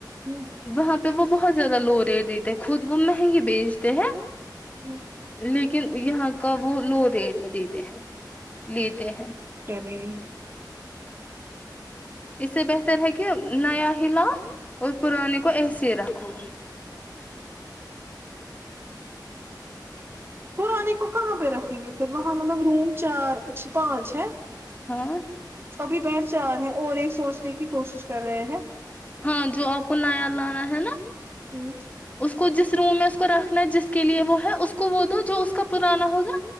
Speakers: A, on the right (about 30°); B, on the left (about 20°).
A: ہوں،
B: وہاں پہ وہ بہت زیادہ لو ریٹ دیتے ہیں خود وہ مہنگے بیچتے ہیں
A: ہوں۔
B: ل ل یہاں کا وہ لو ریٹ میں دیتے ہیں لی ہیں
A: رش
B: اس سے بہتر ہے کہ نیا ہلا اور پرانے کو ایسے رکھو
A: پرانے کو کہاں پہ رکھیں گے پھر وہاں مطلب رینگ چار اچ پانچ ہے
B: ہاں
A: سبھی ب چار ہیں اور ایک سوچنے کی کوشش کر رہے ہیں
B: ہاں جو آپ کو نیا لانا ہے نا
A: ہوں،
B: اس کو جس روم میں کو رکھنا جس کے لیے وہ ہے اس کو وہ دو جو اس کا پرانا ہوگا